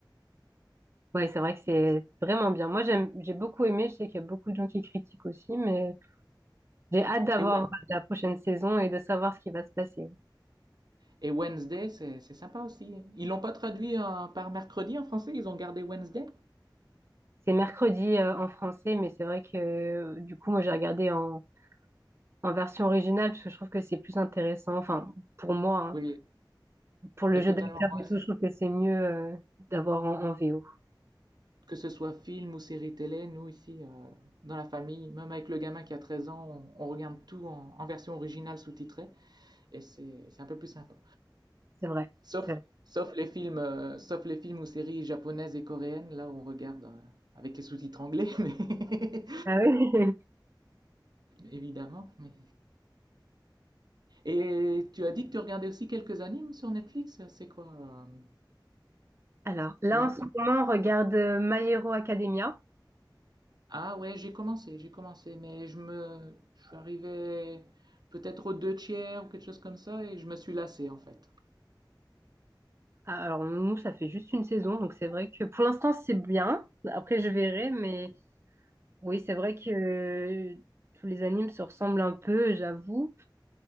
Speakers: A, on the right; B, on the right.
A: ouais, c'est vrai que c'est vraiment bien. Moi j'aime, j'ai beaucoup aimé. Je sais qu'il y a beaucoup de gens qui critiquent aussi, mais j'ai hâte d'avoir
B: Et ouais,
A: la prochaine saison et de savoir ce qui va se passer.
B: Et Wednesday, c'est c'est sympa aussi. Ils l'ont pas traduit en- par mercredi en français, ils ont gardé Wednesday?
A: C'est mercredi euh, en français, mais c'est vrai que euh, du coup moi j'ai regardé en en version originale parce que je trouve que c'est plus intéressant. Enfin, pour moi, hein.
B: Oui,
A: Pour le
B: oui,
A: jeu
B: totalement.
A: d'acteur
B: Moi,
A: et tout, je trouve que c'est mieux euh, d'avoir en, en VO.
B: que ce soit film ou série télé, nous ici, euh, dans la famille, même avec le gamin qui a 13 ans, on, on regarde tout en, en version originale sous-titrée et c'est c'est un peu plus sympa.
A: C'est vrai.
B: Sauf,
A: c'est vrai.
B: sauf les films, euh, sauf les films ou séries japonaises et coréennes, là on regarde euh, avec les sous-titres anglais, <laughs> mais-
A: Ah oui. <laughs>
B: évidemment. mais- Et tu as dit que tu regardais aussi quelques animes sur Netflix, c'est quoi? euh,
A: Alors, là,
B: One
A: en ce moment, on regarde euh, My Hero Academia.
B: Ah ouais, j'ai commencé, j'ai commencé, mais je me, je suis arrivé peut-être aux deux tiers ou quelque chose comme ça et je me suis lassé en fait.
A: Ah, Alors, nous, ça fait juste une saison, donc c'est vrai que pour l'instant, c'est bien. Après, je verrai, mais oui, c'est vrai que euh, tous les animes se ressemblent un peu, j'avoue.